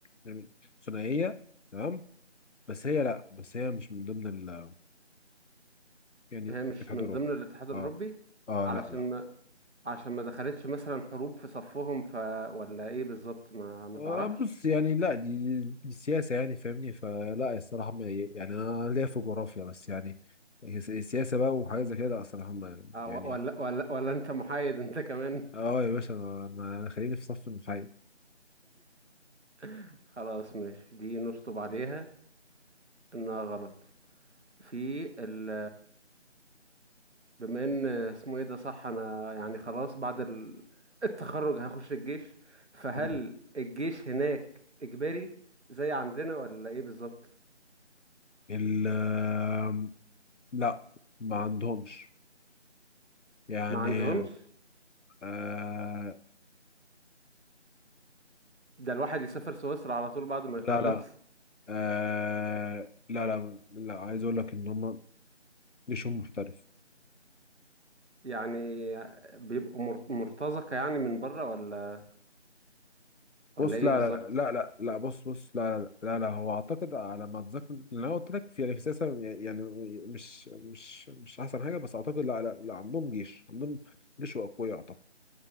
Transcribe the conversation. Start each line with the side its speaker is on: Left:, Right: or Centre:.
Left: يعني ثنائية تمام بس هي لا بس هي مش من ضمن ال يعني
Right: هي مش
Left: الاتحاد
Right: من
Left: الأوروبي
Right: ضمن الاتحاد الأوروبي
Left: اه اه
Right: علشان
Left: لا لا
Right: ما عشان ما دخلتش مثلا حروب في صفهم ف ولا ايه بالظبط ما ما
Left: آه
Right: تعرفش
Left: بص يعني لا دي, دي السياسة يعني فاهمني فلا الصراحة ما يعني أنا ليا في جغرافيا بس يعني السياسة بقى وحاجات زي كده لا الصراحة ما-
Right: آه،
Left: يعني
Right: و- ولا ولا ولا انت محايد انت كمان
Left: اه يا باشا انا أنا خليني في صف المحايد
Right: <laughs> خلاص ماشي دي نشطب عليها انها غلط في ال بما ان اسمه ايه ده صح انا يعني خلاص بعد ال- التخرج هخش الجيش فهل
Left: مم.
Right: الجيش هناك اجباري زي عندنا ولا ايه بالظبط
Left: ال آه، لا ما عندهمش يعني
Right: ما عندهمش
Left: آه
Right: ده الواحد يسافر سويسرا على طول بعد ما
Left: لا
Right: يخلص
Left: لا آه لا لا لا عايز اقول لك ان هم جيشهم محترف
Right: يعني بيبقوا مر- مرتزقة يعني من بره ولا ولا
Left: بص
Right: ايه
Left: لا
Right: بالظبط
Left: لا لا لا لا بص بص لا لا لا, لا هو اعتقد على ما اتذكر اللي انا قلت لك في يعني في سياسه يعني مش مش مش احسن حاجه بس اعتقد لا لا لا عندهم جيش عندهم جيش واقوياء